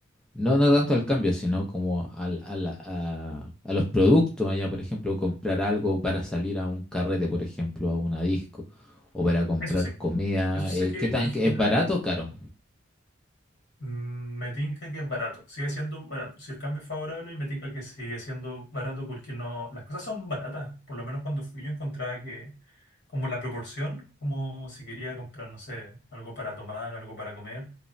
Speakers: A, in the centre; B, on the left (about 60°).
A: No, no tanto al cambio, sino como al, a, la- a, a los productos allá, por ejemplo, comprar algo para salir a un carrete, por ejemplo, a una disco, o para comprar
B: Eso sé,
A: comida.
B: eso sé
A: eh,
B: que
A: ¿qué tan,
B: en general
A: es barato o caro?
B: Mm, Me tinca que es barato, sigue siendo barato. Si el cambio es favorable, me tinca que sigue siendo barato porque no, las cosas son baratas. Por lo menos cuando fui yo encontraba que como la proporción, como si quería comprar, no sé, algo para tomar, algo para comer,